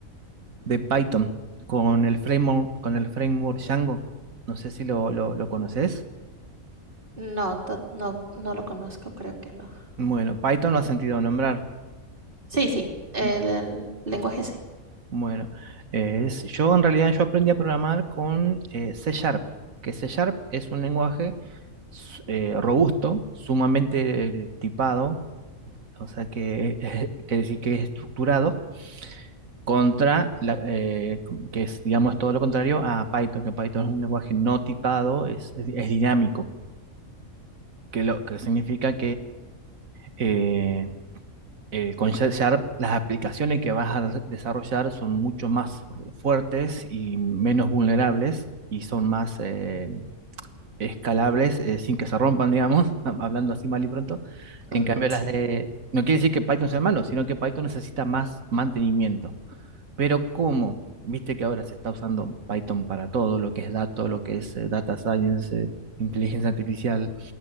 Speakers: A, on the right; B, on the right.
A: de Python con el framework, con el framework Django. No sé si lo, lo, lo conoces.
B: No, to- no, no lo conozco, creo que no.
A: Bueno, Python lo has sentido nombrar.
B: Sí, sí, el,
A: Bueno,
B: el lenguaje sí.
A: bueno. Eh, es- yo en realidad yo aprendí a programar con eh, C Sharp, que C Sharp es un lenguaje s- eh, robusto, sumamente eh, tipado, o sea que eh, <laughs> quiere decir que es estructurado, contra la, eh, que es, digamos, todo lo contrario a Python, que Python es un lenguaje no tipado, es, es di- es dinámico, que lo que significa eh, eh, con Sha- Sharp, las aplicaciones que vas a desarrollar son mucho más fuertes y menos vulnerables y son más eh, escalables eh, sin que se rompan, digamos, <laughs> hablando así mal y pronto. En
B: Ujú,
A: cambio, las
B: sí,
A: de... No quiere decir que Python sea malo, sino que Python necesita más mantenimiento. Pero ¿cómo? Viste que ahora se está usando Python para todo, lo que es datos, lo que es eh, data science, eh, inteligencia artificial